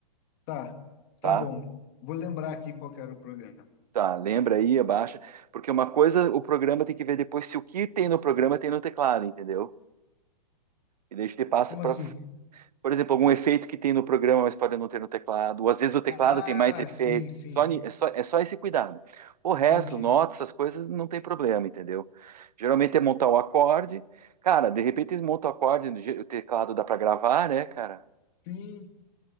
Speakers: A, on the left; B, on the right.
A: tá,
B: Tá?
A: tá bom. Vou lembrar aqui qual que era o programa.
B: Tá, lembra aí, abaixa. Porque uma coisa, o programa tem que ver depois se o que tem no programa tem no teclado, entendeu? E daí a gente passa
A: Como
B: para,
A: assim?
B: por exemplo, algum efeito que tem no programa, mas pode não ter no teclado. Ou às vezes o teclado
A: Ah,
B: tem mais efeito.
A: sim, sim.
B: Só, ni- é só, é só esse cuidado. O resto,
A: Entendi.
B: notas, essas coisas, não tem problema, entendeu? Geralmente é montar o acorde. Cara, de repente eles montam o acorde, do je- o teclado dá para gravar, né, cara?
A: Sim.